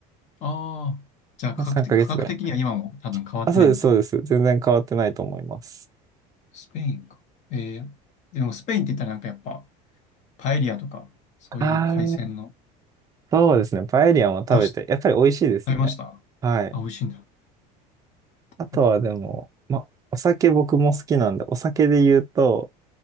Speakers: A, on the left; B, on the right.
A: ああー、じゃあ価格的、
B: まあ3ヶ月ぐらい。
A: 価格的には今も多分変わってないんですね。
B: あ、そうです、そうです。全然変わってないと思います。
A: スペインか。えー、でもスペインって言ったらなんかやっぱパエリアとか、そういう海鮮の、
B: ああ、そうですね。パエリアも食べて、
A: どうした
B: やっぱり美味しいですよね。
A: 食べましたあ、
B: はい。
A: 美味しいんだ。
B: あとはでも、
A: なんか、
B: ま、お酒僕も好きなんで、お酒で言うと、